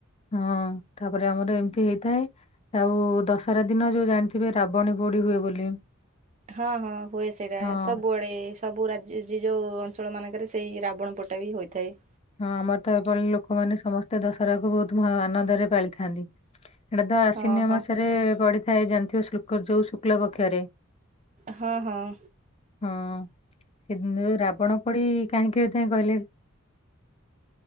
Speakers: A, on the left; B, on the right.
A: ହଁ ତାପରେ ଆମର ଏମିତି ହେଇଥାଏ। ଆଉ ଦଶହରା ଦିନ ଯୋଉ ଜାଣିଥିବେ ରାବଣୀ ପୋଡି ହୁଏ ବୋଲି।
B: ହଁ ହଁ ହୁଏ ସେଇଟା
A: ହଁ
B: ସବୁଆଡେ ସବୁ ରାଜ୍ୟ ଯେ ଯୋଉଁ ଅଞ୍ଚଳ ମାନଙ୍କରେ ସେଇ ରାବଣ ପୋଡିଟା ବି ହୋଇଥାଏ।
A: ହଁ ଆମର ତ ଏଭଳି ଲୋକମାନେ ସମସ୍ତେ ଦଶହରାକୁୁ ବହୁତ ଭ ଆନନ୍ଦରେ ପାଳିଥାନ୍ତି। ଏଟା ତ ଆଶ୍ଵିନ
B: ହଁ ହଁ
A: ମାସରେ ପଡିଥାଏ ଜାଣିଥିବ ଶ୍ଲୁକ ଯୋଉ ଶୁକ୍ଲ ପକ୍ଷରେ।
B: ହଁ ହଁ।
A: ହଁ ସେଦିନ ଯୋଉ ରାବଣ ପୋଡି କାହିଁକି ହୋଇଥାଏ କହିଲେ?